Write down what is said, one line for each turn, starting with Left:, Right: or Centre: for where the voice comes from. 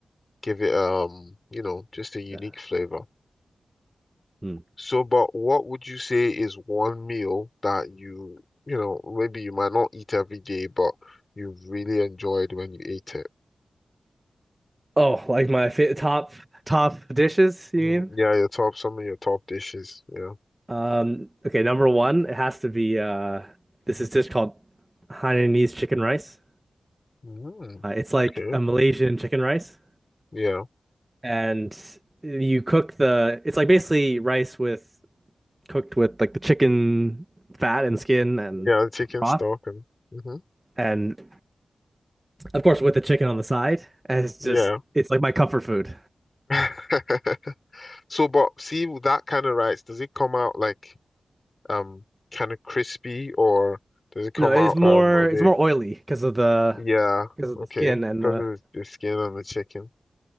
Left: give it um, you know, just a unique
Right: yeah.
Left: flavor.
Right: Hmm.
Left: So, but what would you say is one meal that you, you know, maybe you might not eat every day, but you really enjoyed when you ate it?
Right: Oh, like my fa top top dishes, you mean?
Left: Mm, Yeah, your top, some of your top dishes. Yeah.
Right: Um okay, number one, it has to be uh this is dish called Hainanese chicken rice.
Left: Mm,
Right: Uh, it's like
Left: okay.
Right: a Malaysian chicken rice.
Left: Yeah.
Right: and you cook the it's like basically rice with cooked with like the chicken fat and skin and
Left: Yeah, chicken
Right: broth
Left: stock and hmm
Right: and of course with the chicken on the side and it's
Left: Yeah.
Right: just it's like my comfort food
Left: <laughs> So, but see with that kind of rice, does it come out like um kind of crispy or does it come
Right: no it's
Left: out
Right: more
Left: um a bit?
Right: it's more oily because of the
Left: Yeah,
Right: because of
Left: okay,
Right: the skin and
Left: because
Right: the
Left: of the, the skin on the chicken.